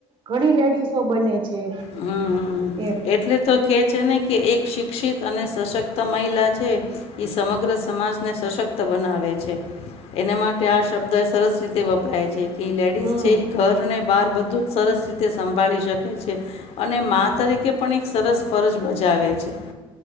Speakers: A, on the right; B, on the left.
A: ઘણી લેડીસો બને. છે.
B: હમ
A: એમ
B: એટલે તો કે છે ને કે એક શિક્ષિત અને સશક્ત મહિલા છે એ સમગ્ર સમાજને સશક્ત બનાવે છે એના માટે આ શબ્દ સરસ રીતેવપરાય છે. એ લેડીઝ
A: હમ
B: છે એ ઘર ને બહાર બધું જ સરસ રીતે સંભાળી શકે છે અને મા તરીકે કે પણ એક સરસ ફરજ બજાવે છે,